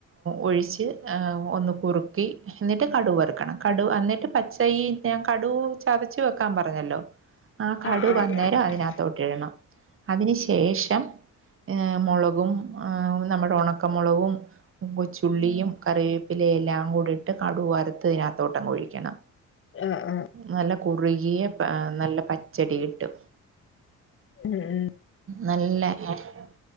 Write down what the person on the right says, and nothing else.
ഒഴിച്ച് ഒന്ന് കുറുക്കി എന്നിട്ട് കടുക് വറ്ക്കണം കടുക് എന്നിട്ട് പച്ച ഈ ഞാൻ കടുക് ചതച്ച് വെക്കാൻ പറഞ്ഞല്ലോ ആ കടുക്
അന്നേരം
അതിനകത്തോട്ട്- ഇടണം അതിന് ശേഷം ആഹ് മൊളകും- ആഹ് നമ്മടെ ഒണക്കമൊളവും- കൊച്ചുള്ളിയും കറിവേപ്പിലയും എല്ലാം കൂട് ഇട്ട് കടുക് വരത്ത്തിനകത്തോട്ടംങ്ങ് ഒഴിക്കണം
നല്ല കുറുകിയെ- ആഹ് നല്ല പച്ചടി കിട്ടും
നല്ല ഏഹ് -